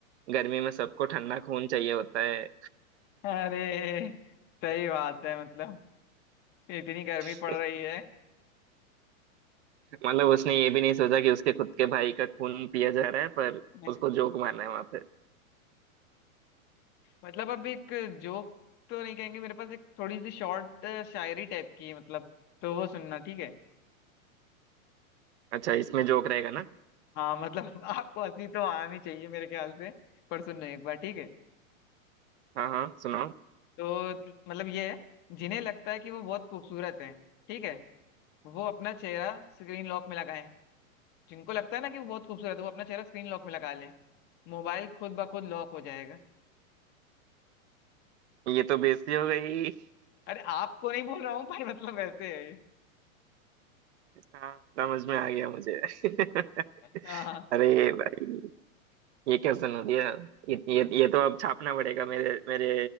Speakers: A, on the right; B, on the left.
A: गर्मी में सबको ठंडा खून चाहिए होता है
B: अरे सही बात है मतलब इतनी गर्मी
A: <laughs>
B: पड़ रही है
A: मतलब उसने ये भी नहीं सोचा कि उसके खुद के भाई का खून पिया जा रहा है पर
B: <laughs>
A: उसको जोक मारना है वहां पे
B: मतलब अब एक जोक तो नहीं कहेंगे मेरे पास एक थोड़ी सी शॉर्ट शायरी टाइप की है मतलब तो वो सुनना ठीक है
A: अच्छा इसमें जोक रहेगा ना
B: हाँ मतलब <laughs> आपको हंसी तो आनी चाहिए मेरे ख्याल से पर सुनना एक बार ठीक है
A: हाँ हाँ सुनाओ
B: तो मतलब ये है जिन्हें लगता है कि वो बहुत खूबसूरत है ठीक है वो अपना चेहरा स्क्रीन लॉक में लगाएं जिनको लगता है ना कि वो बहुत खूबसूरत है वो अपना चेहरा स्क्रीन लॉक में लगा लें मोबाइल खुद ब खुद लॉक हो जाएगा
A: ये तो बेइज्जती हो गई
B: अरे आपको नहीं बोल रहा हूँ पर मतलब वैसे है ये।
A: हाँ समझ में आ गया मुझे <laughs>
B: हाँ
A: अरे भाई ये क्या सुनो ये ये ये ये तो अब छापना पड़ेगा मेरे मेरे